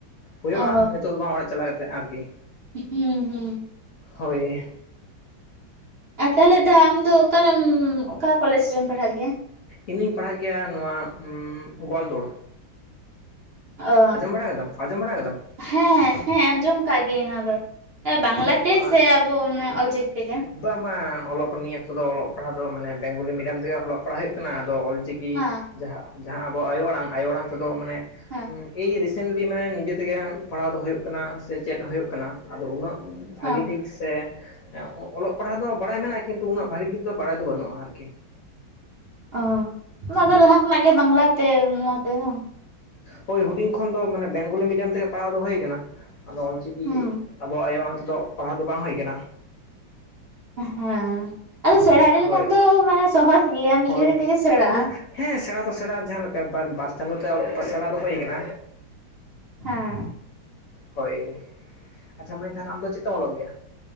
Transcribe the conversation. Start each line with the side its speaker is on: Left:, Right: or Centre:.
Left: ᱦᱩᱭᱩᱜᱼᱟ
Right: ᱚ
Left: ᱱᱤᱛᱚᱜ ᱫᱚ ᱵᱟᱝ ᱚᱲᱟᱜ ᱪᱟᱞᱟᱣ ᱠᱟᱛᱮ ᱟᱨᱠᱤ
Right: ᱦᱩᱸ ᱦᱩᱸ
Left: ᱦᱳᱭ,
Right: ᱟᱨ ᱛᱟᱦᱟᱞᱮ ᱫᱟ ᱟᱢ ᱫᱚ ᱚᱠᱟᱨᱮᱢ ᱚᱠᱟ ᱠᱚᱞᱮᱡᱽ ᱨᱮᱢ ᱯᱟᱲᱦᱟᱜ ᱜᱮᱭᱟ?
Left: ᱤᱧ ᱫᱩᱧ ᱯᱟᱲᱦᱟᱜ ᱜᱮᱭᱟ ᱱᱚᱣᱟ ᱩᱸ ᱜᱳᱭᱟᱞ ᱛᱳᱲ,
Right: ᱚ
Left: ᱟᱡᱚᱢ ᱵᱟᱲᱟ ᱠᱟᱫᱟᱢ ᱟᱡᱚᱢ ᱵᱟᱲᱟ ᱠᱟᱫᱟᱢ?
Right: ᱦᱮᱸ ᱦᱮᱸ ᱟᱸᱡᱚᱢ ᱠᱟᱜ ᱜᱤᱭᱟᱹᱧ, ᱱᱚᱣᱟ ᱫᱚ ᱵᱟᱝᱞᱟ ᱛᱮ
Left: ᱟᱨ
Right: ᱥᱮ ᱟᱵᱚ ᱢᱟᱱᱮ ᱚᱞᱪᱤᱠᱤ ᱛᱮ?
Left: ᱵᱟᱝ ᱵᱟᱝ ᱚᱞᱚᱜ ᱱᱤᱭᱟᱹ ᱛᱮᱫᱚ ᱚᱞᱚᱜ ᱯᱟᱲᱦᱟᱣ ᱫᱚ ᱢᱟᱱᱮ ᱵᱮᱝᱜᱚᱞᱤ ᱢᱤᱰᱤᱭᱟᱢ ᱛᱮᱜᱮ ᱚᱞᱚᱜ ᱯᱟᱲᱦᱟᱜ ᱦᱩᱭᱩᱜ ᱠᱟᱱᱟ ᱟᱫᱚ ᱚᱞ ᱪᱤᱠᱤ
Right: ᱦᱮᱸ
Left: ᱡᱟᱦᱟᱸ ᱡᱟᱦᱟᱸ ᱟᱵᱚ ᱟᱭᱳ ᱟᱲᱟᱝ ᱟᱭᱳ ᱟᱲᱟᱝ ᱛᱮᱫᱚ ᱢᱟᱱᱮ
Right: ᱦᱮᱸ
Left: ᱮᱭ ᱨᱤᱥᱮᱱᱴᱞᱤ ᱢᱟᱱᱮ ᱱᱤᱡᱮ ᱛᱮᱜᱮ ᱯᱟᱲᱦᱟᱣ ᱫᱚ ᱦᱩᱭᱩᱜ ᱠᱟᱱᱟ ᱥᱮ ᱪᱮᱫ ᱦᱩᱭᱩᱜ ᱠᱟᱱᱟ ᱟᱫᱚ ᱩᱱᱟᱹᱜ ᱵᱷᱟᱜᱤ
Right: ᱦᱮᱸ
Left: ᱴᱷᱤᱠ ᱥᱮ ᱚᱞᱚᱜ ᱯᱟᱲᱦᱟᱣ ᱫᱚ ᱵᱟᱲᱟᱭ ᱢᱮᱱᱟᱜ-ᱟ ᱠᱤᱱᱛᱩ ᱩᱱᱟᱹᱜ ᱵᱷᱟᱜᱤ ᱴᱷᱤᱠ ᱠᱟᱛᱮ ᱫᱚ ᱵᱟᱲᱟᱭ ᱫᱚ ᱵᱟᱹᱱᱩᱜᱼᱟ ᱟᱨ ᱠᱤ,
Right: ᱚᱸ ᱚᱱᱟ ᱫᱚ ᱞᱟᱦᱟ ᱠᱷᱚᱱᱟᱜ ᱜᱮ ᱵᱟᱝᱞᱟᱛᱮ ᱚᱱᱟᱛᱮ ᱵᱟᱝ,
Left: ᱦᱳᱭ ᱦᱩᱰᱤᱧ ᱠᱷᱚᱱ ᱫᱚ ᱢᱟᱱᱮ ᱵᱮᱝᱜᱚᱞᱤ ᱢᱤᱰᱤᱭᱟᱢ ᱛᱮᱜᱮ ᱯᱟᱲᱦᱟᱣ ᱫᱚ ᱦᱩᱭ ᱟᱠᱟᱱᱟ, ᱟᱫᱚ ᱚᱞ ᱪᱤᱠᱤ
Right: ᱦᱩᱸ
Left: ᱟᱵᱚᱣᱟᱜ ᱟᱭᱳ ᱟᱲᱟᱝ ᱛᱮᱫᱚ ᱯᱟᱲᱦᱟᱣ ᱫᱚ ᱵᱟᱝ ᱦᱳᱭ ᱠᱟᱱᱟ,
Right: ᱦᱮᱸ ᱟᱫᱚ ᱥᱮᱬᱟ ᱤᱫᱤ
Left: ᱦᱳᱭ
Right: ᱞᱮᱠᱷᱟᱱ ᱫᱚ ᱢᱟᱱᱮ ᱥᱚᱦᱚᱡᱽ ᱜᱮᱭᱟ ᱢᱤᱫ
Left: ᱦᱳᱭ
Right: ᱜᱷᱟᱹᱲᱤᱡ ᱛᱮᱜᱮ ᱥᱮᱬᱟᱜᱼᱟ,
Left: ᱦᱳᱭ ᱦᱮᱸ ᱥᱮᱬᱟ ᱫᱚ ᱥᱮᱬᱟ ᱡᱟᱦᱟᱸ ᱞᱮᱠᱟ ᱵᱟᱨ ᱪᱟᱸᱫᱳ ᱛᱮ ᱚᱞ ᱥᱮᱬᱟ ᱫᱚ ᱦᱩᱭ ᱠᱟᱱᱟ,
Right: ᱦᱮᱸ
Left: ᱦᱳᱭ ᱟᱪᱪᱷᱟ ᱢᱟᱹᱭ ᱛᱟᱦᱚᱞᱮ ᱟᱢ ᱫᱚ ᱪᱮᱫ ᱛᱮᱢ ᱚᱞᱚᱜ ᱜᱮᱭᱟ?